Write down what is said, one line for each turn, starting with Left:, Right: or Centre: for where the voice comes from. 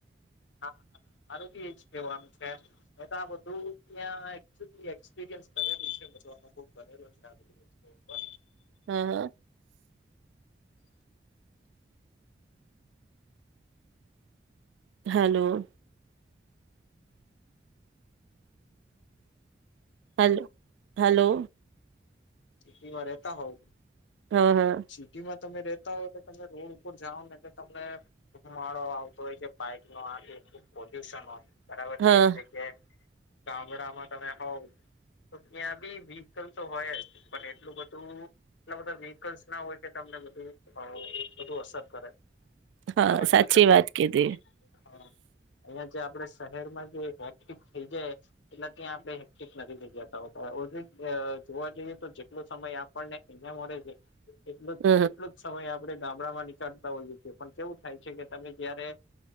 Left: હા. મારુ બી એજ કેવાનું છે મે તો આ બધું ત્યાં એક્ચ્યુલી એક્સપિરિયન્સ કરેલુ છે. મેં તો કરેલો છે આ બધી વસ્તુઓ ઉપર.
Right: હા હા. હલો. હલ્ હલો.
Left: સિટીમાં રહેતા હોવ.
Right: હા હા.
Left: સિટીમાં તમે રેતા હોતો તમે રોડ ઉપર જાઓ ને એટલે તમને માડો આવતો હોય કે બાઈક નો આગે પોલ્યુશન હોય બરાબર
Right: હા
Left: છે એની જગ્યાએ ગામડામાં તમે હોવ તો ત્યાં બી વ્હીકલ તો હોય જ પણ એટલું બધું એટલા બધા વ્હીકલ્સ ના હોય કે તમને બધું વધુ અસર કરે.
Right: હા
Left: બરાબર
Right: સાચી
Left: તો તમે
Right: વાત કીધી
Left: અહં આપે શહેરમાં જે હેક્ટિક થઈ જાય એટલે ત્યાં આપે હેક્ટિક નથી થઈ જતા હોતા ઓ જોવા જઈએ તો જેટલો સમય આપણને અહયા મળે છે એટલ
Right: હ હ
Left: એટલોું જ સમય ગામડામાં નીકળતા હોઈએ છીએ પણ કેવું થાય છે કે તમે તય્યારે